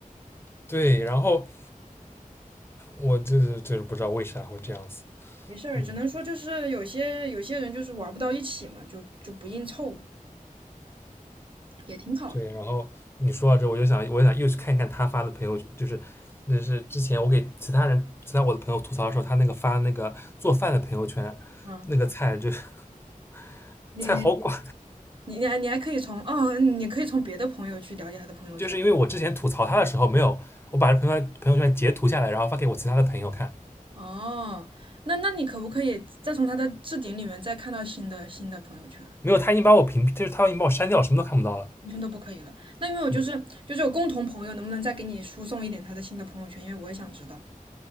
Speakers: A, on the left; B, on the right.
A: 对，然后我就是就是不知道为啥会这样子，
B: 没事儿，
A: 嗯。
B: 只能说就是有些有些人就是玩不到一起嘛，就就不硬凑，也挺好的。
A: 对，然后你说到这，我就想，我就想又去看一看他发的朋友，就是那是之前我给其他人、其他我的朋友吐槽的时候，他那个发那个做饭的朋友圈，
B: 啊。
A: 那个菜就是 <laughs>
B: 你你你
A: 菜好寡，
B: 你还你还可以从哦，你可以从别的朋友去了解他的朋友圈。
A: 就是因为我之前吐槽他的时候没有，我把这朋友圈朋友圈截图下来，然后发给我其他的朋友看，
B: 哦，那那你可不可以再从他的置顶里面再看到新的新的朋友圈？
A: 没有，他已经把我屏蔽，就是他已经把我删掉，什么都看不到了。
B: 完全都不可以了。那因为我就是就是有共同朋友，
A: 嗯，
B: 能不能再给你输送一点他的新的朋友圈？因为我也想知道。